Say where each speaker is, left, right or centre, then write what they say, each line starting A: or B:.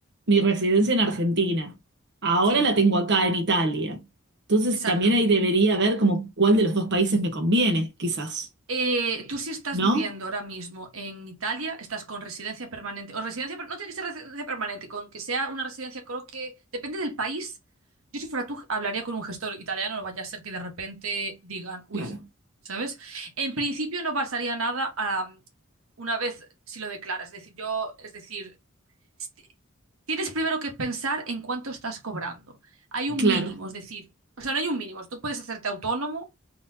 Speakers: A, on the right (about 60°); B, on the right (about 85°).
A: mi residencia en Argentina. Ahora
B: sí,
A: la tengo acá en Italia. Entonces
B: exacto.
A: también ahí debería ver como cuál de los dos países me conviene, quizás.
B: Eh, tú si estás
A: ¿No?
B: viviendo ahora mismo en Italia, estás con residencia permanente, o residencia, per- no tiene que ser residencia permanente, con que sea una residencia, creo que depende del país. Yo si fuera tú hablaría con un gestor italiano, no vaya a ser que de repente digan, uy,
A: Claro,
B: ¿sabes? En principio no pasaría nada am, una vez si lo declaras, es decir, yo, es decir, st- tienes primero que pensar en cuánto estás cobrando. Hay un
A: claro,
B: mínimo, es decir, o sea, no hay un mínimo, tú puedes hacerte autónomo